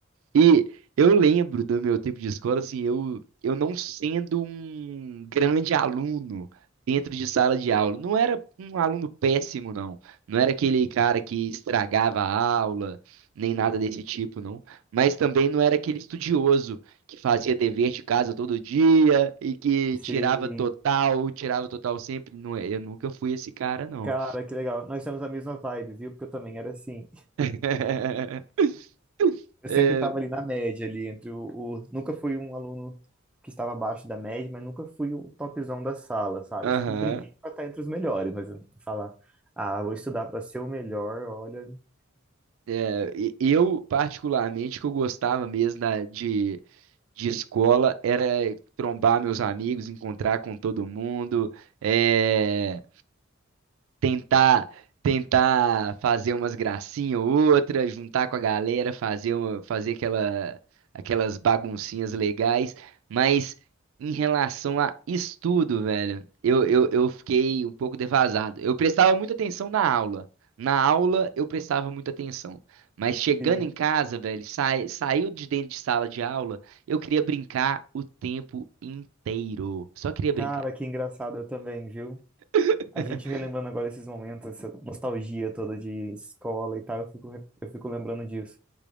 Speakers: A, on the right; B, in the centre.
A: E eu lembro do meu tempo de escola, assim, eu, eu não sendo um grande aluno dentro de sala de aula. Não era um aluno péssimo, não. Não era aquele cara que estragava a aula, nem nada desse tipo, não. Mas também não era aquele estudioso que fazia dever de casa todo dia e que
B: Sim,
A: tirava total, tirava total sempre. Não, é, eu nunca fui esse cara, não.
B: cara, que legal. Nós temos a mesma vibe, viu? Porque eu também era assim.
A: <laughs>
B: Eu
A: É,
B: sempre estava ali na média, ali entre o, o- Nunca fui um aluno que estava abaixo da média, mas nunca fui o topzão da sala, sabe?
A: Aham.
B: Eu sempre briguei para estar entre os melhores, mas eu falar, ah, vou estudar para ser o melhor, olha.
A: É, e- eu, particularmente, que eu gostava mesmo da- de, de escola era trombar meus amigos, encontrar com todo mundo. eh, tentar tentar fazer umas gracinhas ou outra, juntar com a galera, fazer uma- fazer aquela, aquelas baguncinhas legais, mas em relação a estudo, velho, eu, eu, eu fiquei um pouco defasado. Eu prestava muita atenção na aula. Na aula eu prestava muita atenção, mas chegando
B: E,
A: em casa, velho, sai, saiu de dentro de sala de aula, eu queria brincar o tempo inteiro. Só queria brincar.
B: cara, que engraçado eu também, viu?
A: <laughs>
B: A gente relembrando agora esses momentos, essa nostalgia toda de escola e tal, eu fico, eu fico lembrando disso.